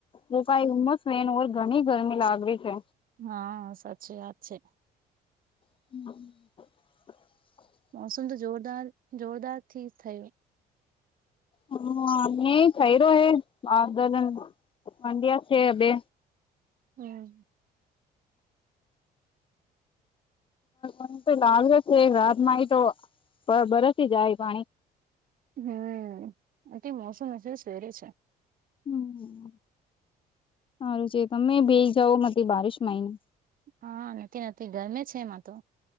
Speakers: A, on the left; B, on the right.
A: તો કાઈ ઉમસ વેન ઓવર ઘણી ગરમી લાગડી છે.
B: હા સાચી વાત છે.
A: હમ્મ.
B: મોસમ તો જોરદાર જોરદાર થી થયો.
A: હા નઈ ખઈ રહ્યો હે <inaudible> મંડ્યા છે બે
B: હમ
A: એમ તો લાલ જ છે રાતમાં હીતો બ બરસ જાય પાણી.
B: હમ અઠે મોસમ એટલો સેરે છે.
A: હમ હારું છે તમે બેઈ જાવ મટી બારિશ માંયને
B: હા નથી નથી ગરમે છે એમાં તો.